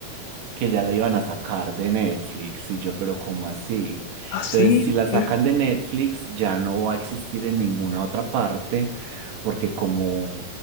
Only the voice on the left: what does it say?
Ah, sí,
mira.